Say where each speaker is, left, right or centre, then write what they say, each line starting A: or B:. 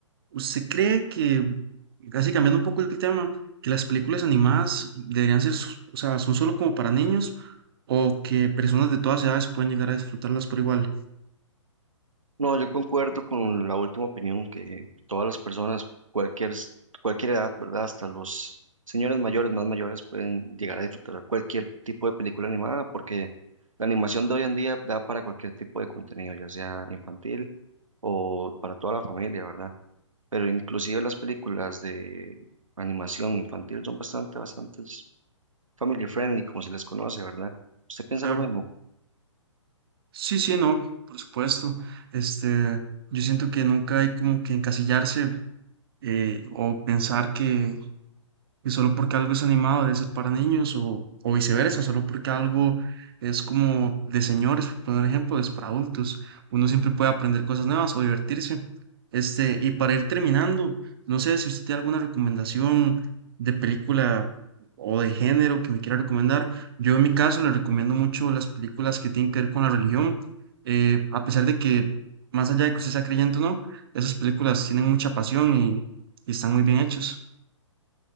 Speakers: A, on the right; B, on the right.
A: usted cree que, casi cambiando un poco el tema, que las películas animadas deberían ser, s- o sea, son solo como para niños o que personas de todas edades pueden llegar a disfrutarlas por igual.
B: No, yo concuerdo con la última opinión que todas las personas, cualquier, s- cualquier edad, ¿verdad? Hasta los señores mayores, más mayores, pueden llegar a disfrutar cualquier tipo de película animada, porque la animación de hoy en día da para cualquier tipo de contenido, ya sea infantil o para toda la familia, ¿verdad? Pero inclusive las películas de animación infantil son bastante, bastante family friendly, como se les conoce, ¿verdad? ¿Usted piensa
A: Claro.
B: lo mismo?
A: Sí, sí, no, por supuesto. Este, yo siento que nunca hay como que encasillarse eh, o pensar que y solo porque algo es animado debe ser para niños o, o viceversa, solo porque algo es como de señores, por poner ejemplo, es para adultos. Uno siempre puede aprender cosas nuevas o divertirse. Este, y para ir terminando, no sé si usted tiene alguna recomendación de película o de género que me quiera recomendar. Yo en mi caso le recomiendo mucho las películas que tienen que ver con la religión, eh, a pesar de que más allá de que usted sea creyente o no, esas películas tienen mucha pasión y, y están muy bien hechas.